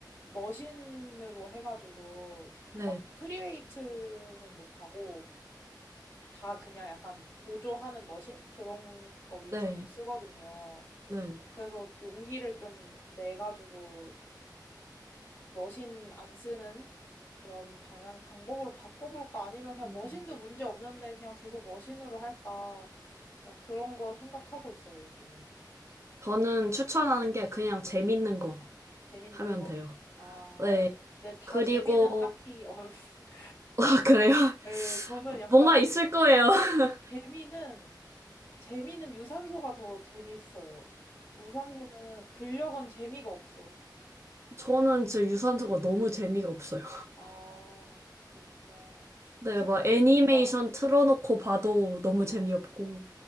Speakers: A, on the left; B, on the right.
A: 머신으로 해가지고
B: 네.
A: 막 프리웨이트는 못하고 다 그냥 약간 보조하는 머신? 그런 거 위주로
B: 네,
A: 쓰거든요.
B: 네.
A: 그래서 용기를 좀 내가지고 머신 안 쓰는 그런 방향, 방법으로 바꿔볼까? 아니면 그냥
B: 음.
A: 머신도 문제 없는데 그냥 계속 머신으로 할까? 그냥 그런 거 생각하고 있어요, 요즘에.
B: 저는 추천하는 게 그냥 재밌는 거
A: 재밌는
B: 하면
A: 거?
B: 돼요.
A: 아,
B: 네.
A: 근데 다
B: 그리고,
A: 재미는 딱히, 어, <laughs>
B: <laughs> 아, 그래요? <laughs>
A: 예, 저는 약간
B: 뭔가 있을 거예요. <laughs>
A: 재미는, 재미는 유산소가 더 재밌어요. 무산소는 근력은 재미가 없어.
B: 저는 진 유산소가 너무 재미가 없어요.
A: 아, 그렇구나.
B: 네,
A: 유산소는
B: 막 애니메이션
A: 뭔가,
B: 틀어놓고 봐도 너무
A: 아,
B: 재미없고.